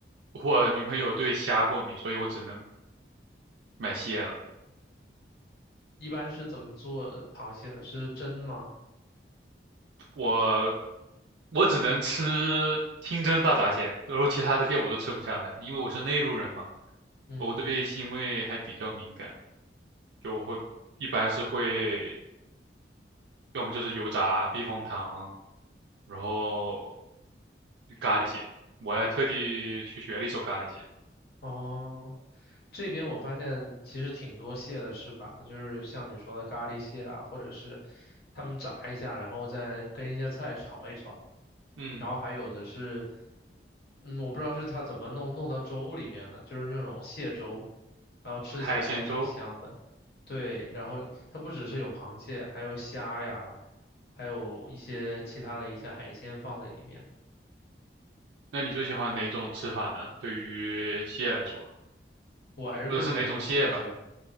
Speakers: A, on the right (about 80°); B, on the left (about 55°).
A: 我女朋友对虾过敏，所以我只能买蟹了。
B: 一般是怎么做螃蟹的？是蒸吗？
A: 我我只能吃清蒸大闸蟹，然后其他的蟹我都吃不下来，因为我是内陆人嘛，
B: 嗯，
A: 我对腥味还比较敏感，就我会一般是会要么就是油炸避风塘，然后咖喱蟹，我还特地去学了一手咖喱蟹。
B: 哦。这边我发现其实挺多蟹的吃法，就是像你说的咖喱蟹啊，或者是他们炸一下，然后再跟一些菜炒一炒，
A: 嗯，
B: 然后还有的是，嗯，我不知道是它怎么弄弄到粥里面了，就是那种蟹粥，然后吃起来还挺香的。
A: 海鲜粥，
B: 对，然后它不只是有螃蟹，还有虾呀，还有一些其他的一些海鲜放在里面。
A: 那你最喜欢哪种吃法呢？对于蟹来说，
B: 我还是更喜欢清蒸，
A: 或者是哪种蟹吧？